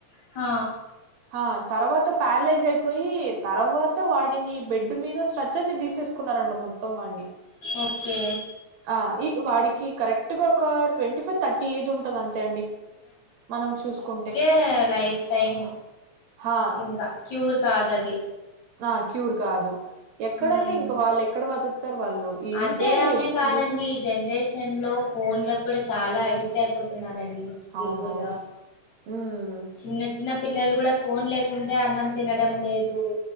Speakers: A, on the left (about 75°); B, on the right (about 75°).
A: హ
B: ఆ తర్వాత ప్యారలైజ్ అయిపోయి తర్వాత వాడిని బెడ్ మీద స్ట్రచర్నీ తీసేసుకొని కున్నారంట మొత్తం వాన్నీ
A: ఓకే
B: ఆ ఈ వాడికి కరెక్ట్ గా ఒక ట్వంటీ ఫైవ్ థర్టీ ఏజ్ ఉంటంది అంతే అండి మనం చూసుకుంటే
A: టె లైఫ్ టైమ్
B: హా
A: ఇంకా క్యూర్ కాదు అది
B: అ క్యూర్ కాదు ఎక్కడండి
A: ఉమ్
B: ఇంకా వాళ్ళు ఎక్కడ బతుకుతారు వాళ్ళు ఇంతే
A: అదే
B: అండి
A: అనే
B: ఎప్పుడు
A: కాదండి జనరేషన్ లో ఫోన్లకు కూడా చాలా అడిక్ట్ అయిపోతున్నారండి పీపుల్
B: అవునవును ఉమ్
A: చిన్న చిన్న పిల్లలు గుడా ఫోన్ లేకుంటే అన్నం తినడం లేదు